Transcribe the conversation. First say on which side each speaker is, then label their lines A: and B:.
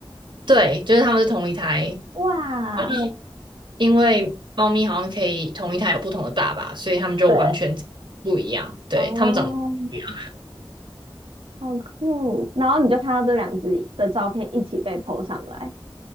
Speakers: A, on the right; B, on the right.
A: 对，就是他们是同一台，
B: 哇。
A: 好像因为猫咪好像可以同一胎有不同的爸爸，所以它们就完全
B: 对，
A: 不一样。对，
B: 哦，
A: 它们长得不一样。
B: 好酷！然后你就看到这两只的照片一起被 po 上来，